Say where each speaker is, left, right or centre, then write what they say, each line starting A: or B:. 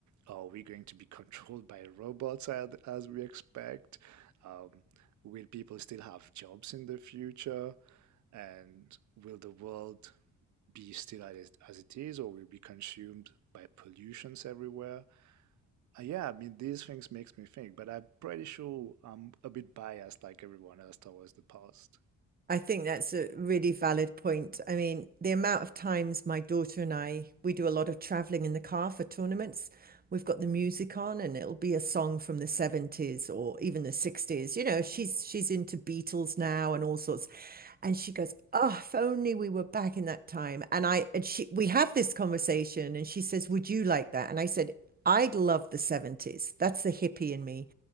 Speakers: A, on the right; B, on the right.
A: Are we going to be controlled by robots as, we expect? Um, will people still have jobs in the future? And will the world be still as, as it is, or will it be consumed by pollutions everywhere? Uh, Yeah, I mean, these things makes me think, but I'm pretty sure I'm a bit biased like everyone else towards the past.
B: I think that's a really valid point. I mean, the amount of times my daughter and I, we do a lot of traveling in the car for tournaments. We've got the music on and it'll be a song from the 70s or even the 60s. You know, she's
A: Wow.
B: she's into Beatles now and all sorts. And she goes, "Oh, if only we were back in that time." And I and she we have this conversation and she says, "Would you like that?" And I said, I love the 70s. That's the hippie in me.